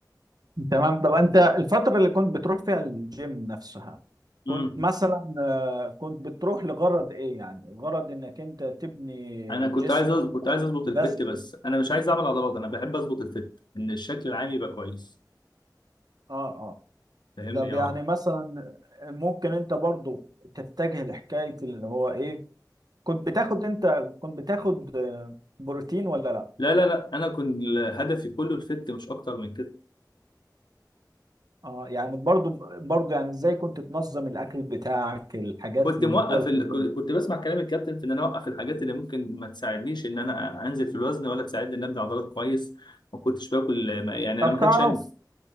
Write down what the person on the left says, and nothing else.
امم
انا كنت
عايز أز... كنت عايز اظبط الفت
بس
انا مش عايز اعمل عضلات انا بحب اظبط الفت ان الشكل العام يبقى كويس
فاهمني
يا
عمر
لا لا لا انا كنت هدفي كله الفت مش اكتر من كده
كنت
موقف
ال...
كنت كنت بسمع كلام الكابتن في ان انا اوقف الحاجات اللي ممكن ما تساعدنيش ان انا انزل في الوزن ولا تساعدني ان ابني عضلات كويس ما كنتش باكل ما- يعني
انا ما كانش
عندي